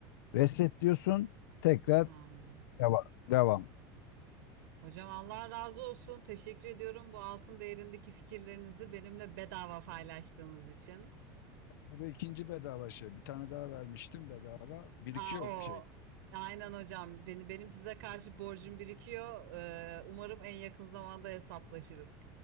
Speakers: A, on the left (about 80°); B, on the right (about 75°).
A: Reset diyorsun. Tekrar
B: Anladım.
A: devam. Devam.
B: Hocam Allah razı olsun. Teşekkür ediyorum bu altın değerindeki fikirlerinizi benimle bedava paylaştığınız için.
A: Bu da ikinci bedava şey. Bir tane daha vermiştim bedava. Birikiyor
B: Aa, o.
A: şey.
B: Aynen hocam. Benim, benim size karşı borcum birikiyor. Ee, umarım en yakın zamanda hesaplaşırız.